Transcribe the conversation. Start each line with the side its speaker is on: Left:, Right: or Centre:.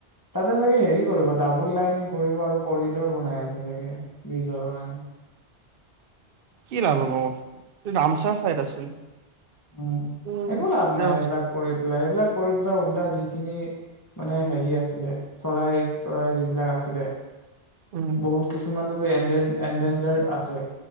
Left: তাতে চাগে হেৰি কৰিব ডাবুল লাইন কৰিব আৰু কৰিডৰ বনাই আছে চাগে ব্ৰীজৰ কাৰণে?
Right: কি লাভ ৰামচাহ ফাইদ আছিল।
Left: উম
Right: উম
Left: একো লাভ
Right: এতিয়া
Left: নাই সেইবিলাক কৰি পেলাই এইবিলাক কৰি পৰা ওল্টা যিখিনি মানে হেৰি আছিলে চৰাই চৰাই যিবিলাক আছিলে
Right: উম
Left: বহুত কিছুমান এনডেন এনডেনজাৰ আছে।